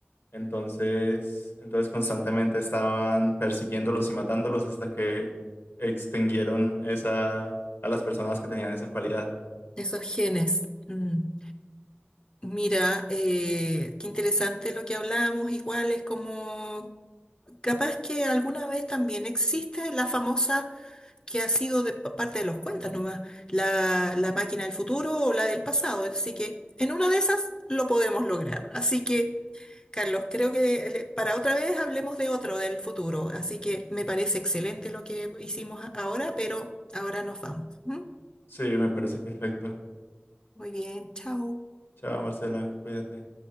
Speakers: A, on the left; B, on the left.
A: Entonces, entonces constantemente estaban persiguiéndolos y matándolos hasta que extinguieron esa, a las personas que tenían esa cualidad.
B: Esos genes. Mm. Mira, eh, qué interesante lo que hablamos, igual es como, capaz que alguna vez también existe la famosa que ha sido de pa- parte de los cuentas nomás, la, la máquina del futuro o la del pasado, así que en una de esas lo podemos lograr. Así que, Carlos, creo que le- para otra vez hablemos de otro, del futuro, así que me parece excelente lo que hicimos a- ahora, pero ahora nos vamos. ¿m?
A: Sí, me parece perfecto.
B: Muy bien, chao.
A: Chao, Marcela, cuídate.